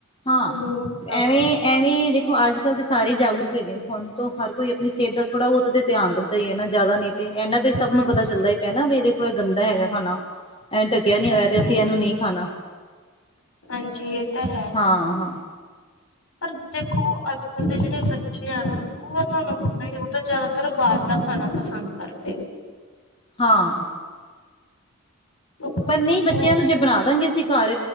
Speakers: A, on the left; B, on the left.
A: ਹਾਂ,
B: ਉਹ ਹੁੰਦਾ
A: ਐਵੇਂ
B: ਗਾ
A: ਐਵੇਂ ਦੇਖੋ ਅੱਜ- ਕੱਲ੍ਹ ਤਾਂ ਸਾਰੇ ਜਾਗਰੂਕ ਹੈਗੇ ਨੇ, ਹੁਣ ਤੋਂ ਹਰ ਕੋਈ ਆਪਣੀ ਸਿਹਤ ਦਾ ਥੋੜ੍ਹਾ ਬੋਤਾ ਤਾ ਧਿਆਨ ਰੱਖੇ। ਸਹੀ ਨਾ ਜ਼ਿਆਦਾ ਨੀ ਤੇ, ਏਨਾਂ ਤੇ ਸਭ
B: ਹਾਂਜੀ
A: ਨੂੰ ਪਤਾ ਚੱਲਦਾ ਈ ਪਿਆ ਨਾ ਕੀ ਏਦੇ ਕੋਲ ਗੰਦਾ ਹੈਗਾ ਖਾਣਾ। ਐਂ ਢੱਕਿਆ ਨੀ
B: ਹਾਂਜੀ
A: ਹੋਇਆ ਤੇ ਅਸੀਂ
B: ਹਾਂਜੀ
A: ਏਨੂੰ ਨਈ ਖਾਣਾ।
B: ਹਾਂਜੀ, ਏ ਤਾਂ ਹੈ।
A: ਹਾਂ, ਹਾਂ।
B: ਪਰ ਦੇਖੋ ਅੱਜ-ਕੱਲ ਦੇ ਜੇੜੇ ਬੱਚੇ ਐ ਨਾ ਓ ਤੁਆਨੂੰ ਪਤਾ ਈ ਆ ਓ ਤਾਂ ਜ਼ਿਆਦਾਤਰ ਬਾਰ ਦਾ ਖਾਣਾ ਪਸੰਦ ਕਰਦੇ ਆ।
A: ਹਾਂ।
B: ਆ
A: ਪਰ ਨਈ ਬੱਚੇਆਂ
B: ਉਹ
A: ਨੂੰ ਜੇ ਬਣਾਦਾਂਗੇ ਅਸੀ ਘਰ